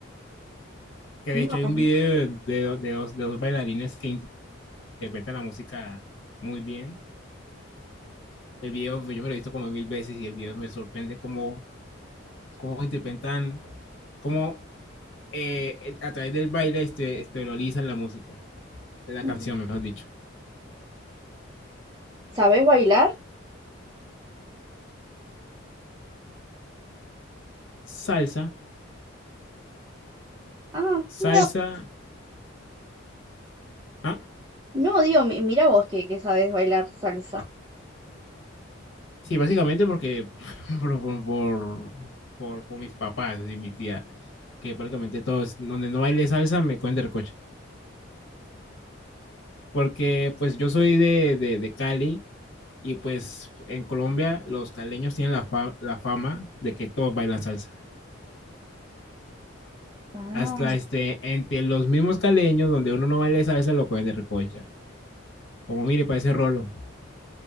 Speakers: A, on the left (about 70°); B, on the right (about 20°).
A: Que
B: No,
A: de hecho hay un
B: no.
A: video de, de dos, de dos bailarines que interpreta la música muy bien. El video, pues, yo me lo he visto como mil veces y el video me sorprende cómo, cómo interpretan, cómo eh, a través del baile este, esterilizan la música, la
B: Mm.
A: canción, mejor dicho.
B: ¿Sabés bailar?
A: Salsa,
B: Ah,
A: salsa.
B: mira.
A: Ah,
B: No, digo, mi- mira vos que, que sabés bailar salsa.
A: sí, básicamente porque <laughs> por, por, por, por- por mis papás y mi tía, que prácticamente todos, donde no baile salsa, me cogen del coche. Porque pues yo soy de, de, de Cali Y pues en Colombia los caleños tienen la, fa la fama de que todos bailan salsa.
B: Ah,
A: Hasta este, entre los mismos caleños, donde uno no baila salsa, lo cogen de recocha. Como mire, parece rolo.